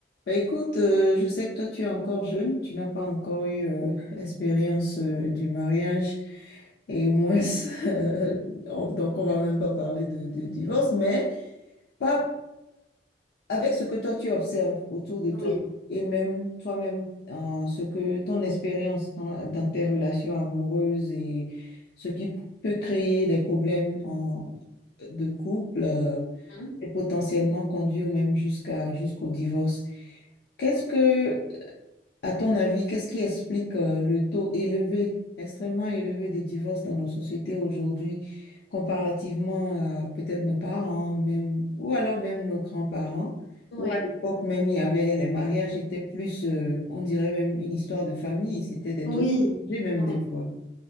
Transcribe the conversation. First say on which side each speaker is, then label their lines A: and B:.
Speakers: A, on the left; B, on the left.
A: Bah, écoute, euh, je sais que toi, tu es encore jeune, tu n'as pas encore eu euh, l'expérience euh, du mariage et moins, <laughs> euh, on- donc on va même pas parler de, de divorce, mais pas avec ce que toi, tu observes autour de toi
B: Oui,
A: et même toi-même, euh, ce que ton expérience dans, dans tes relations amoureuses et ce qui peut créer des problèmes en- de couple euh,
B: Hmm
A: et potentiellement conduire même jusqu'à, jusqu'au divorce. Qu'est-ce que à ton avis, qu'est-ce qui explique euh, le taux élevé, extrêmement élevé des divorces dans nos sociétés aujourd'hui, comparativement à peut-être nos parents, même, ou alors même nos grands-parents,
B: ouais,
A: où à l'époque même, il y avait, les mariages étaient plus, euh, on dirait même une histoire de famille, c'était des
B: oui.
A: trucs, j'ai même
B: Ouais.
A: des fois.